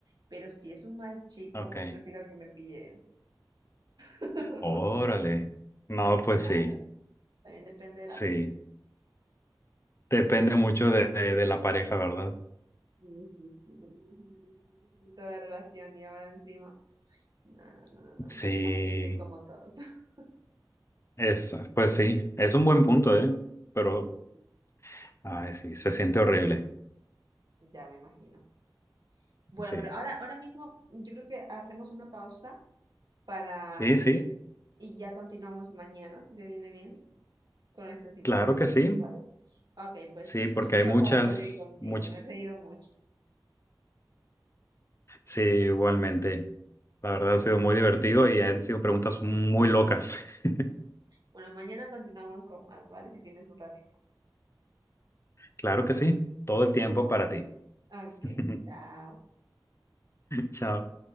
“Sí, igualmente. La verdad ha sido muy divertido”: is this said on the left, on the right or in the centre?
Left